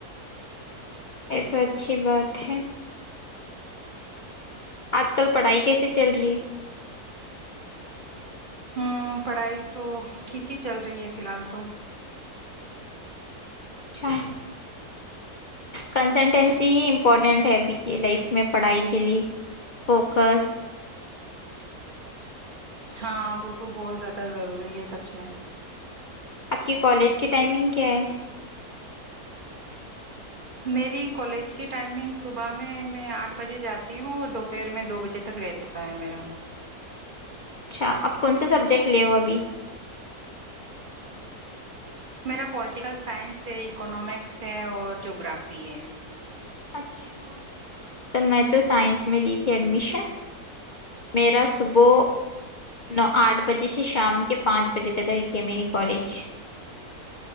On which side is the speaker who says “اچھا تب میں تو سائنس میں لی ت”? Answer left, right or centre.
Left